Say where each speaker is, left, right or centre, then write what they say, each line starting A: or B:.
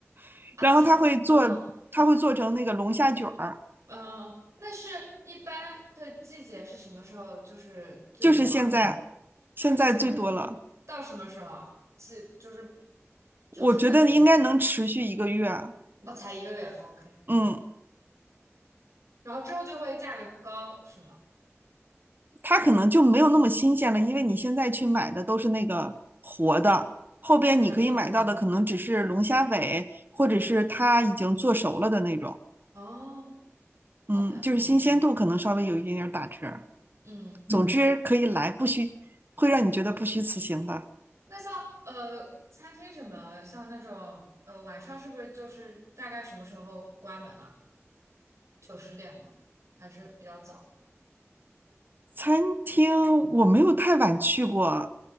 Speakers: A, on the right; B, on the right.
A: <laughs>
B: 啊，
A: 然后它会做，
B: 才嗯
A: 它会做成那个龙虾卷儿，
B: 嗯，那是一般的季节是什么时候？就是最多啊，
A: 就是现在现在最多了，
B: 就是现到什么时候啊？几就是九十月之前，
A: 我觉得应该能持续一个月啊，
B: 那才一个月，OK。
A: 嗯。
B: 然后之后就会价格高，是吗？
A: 它可能就没有那么新鲜了，因为你现在去买的都是那个活的，后边你可以买到的可能只是龙虾尾，
B: 没冷冻。
A: 或者是它已经做熟了的那种。
B: 哦，好的，
A: 嗯，就是新鲜度可能稍微有一点点打折。
B: 嗯。
A: 总嗯之可以来，不虚，会让你觉得不虚此行的。
B: 那像呃餐厅什么，像那种呃晚上是不是就是大概什么时候关门啊？九十点吗？还是比较早？
A: 餐厅我没有太晚去过，